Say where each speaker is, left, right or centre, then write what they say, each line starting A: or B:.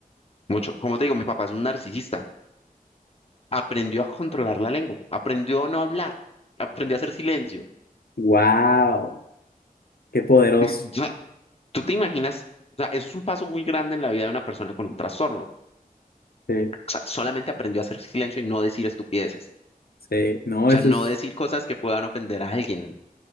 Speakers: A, on the left; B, on the left.
A: mucho. Como te digo, mi papá es un narcisista. Aprendió a controlar la lengua, aprendió a no hablar, aprendió a hacer silencio.
B: Wow, qué poderoso.
A: <clears throat> O sea, ¿tú te imaginas? O sea, eso es un paso muy grande en la vida de una persona con un trastorno. O
B: Sí,
A: sea, solamente aprendió a hacer silencio y no decir estupideces.
B: sí. No,
A: O
B: eso
A: sea, no
B: es,
A: decir cosas que puedan ofender a alguien.